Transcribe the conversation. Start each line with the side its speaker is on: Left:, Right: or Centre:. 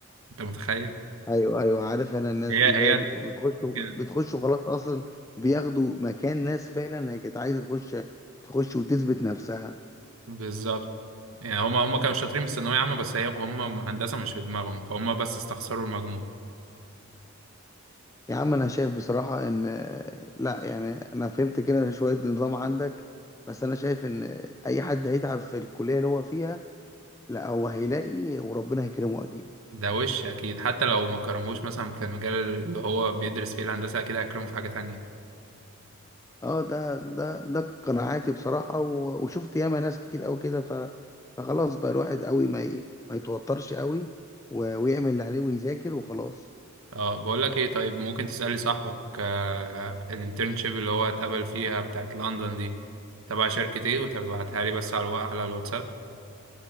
Right: انت متخيل
Left: ايوه ايوه عارف انا الناس
Right: هي
Left: دي اللي
Right: هي
Left: هي بت- بتخش
Right: كده
Left: بتخش وخلاص اصلا بياخدوا مكان ناس فعلا هي كانت عايزه تخش تخش وتثبت نفسها
Right: بالظبط يعني هما هما كانوا شاطرين في الثانوية عامة بس هي هما هندسة مش في دماغهم فهم بس استخسروا المجموع
Left: يا عم انا شايف بصراحه ان لا يعني انا فهمت كده شويه نظام عندك بس انا شايف ان اي حد هيتعب في الكليه اللي هو فيها لا هو هيلاقي وربنا هيكرمه اكيد
Right: ده وش اكيد حتى لو ما كرموش مثلا في المجال اللي هو بيدرس فيه الهندسه اكيد هيكرمه في حاجه تانية
Left: اه ده ده ده قناعاتي بصراحة و- وشفت ياما ناس كتير قوي كده ف- فخلاص بقى الواحد قوي ما ي- ما يتوترش قوي و- ويعمل اللي عليه ويذاكر وخلاص
Right: اه بقول لك ايه طيب ممكن تسالي صاحبك آه الانترنشيب اللي هو اتقبل فيها بتاعت لندن دي تبع شركه ايه وتبعتها لي بس على الوا- على الواتساب